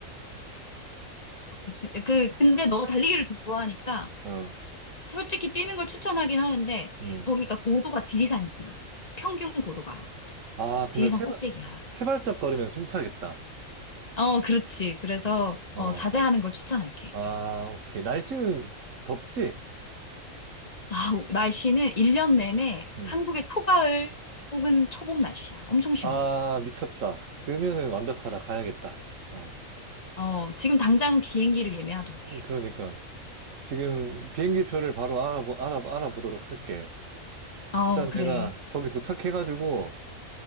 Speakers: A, on the left; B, on the right.
A: 지- 그, 근데 너가 달리기를 좋아하니까
B: 어.
A: 솔직히 뛰는 걸 추천하긴 하는데
B: 음.
A: 거기가 고도가 지리산이야. 평균 고도가.
B: 아, 그러면
A: 지리산
B: 세
A: 꼭대기야.
B: 발, 세 발짝 걸으면 숨차겠다.
A: 어, 그렇지. 그래서
B: 어.
A: 어, 자제하는 걸 추천할게.
B: 아, 오케이. 날씨는 덥지?
A: 아, 날씨는 1년 내내
B: 음.
A: 한국의 초가을 혹은 초봄 날씨야. 엄청 시원해.
B: 아, 미쳤다. 그러면은 완벽하다. 가야겠다. 어,
A: 어, 지금 당장 비행기를 예매하도록
B: 음, 그러니까 지금 비행기 표를 바로 알아보, 알아, 알아보도록 할게.
A: 해. 어,
B: 일단
A: 그래.
B: 내가 거기 도착해가지고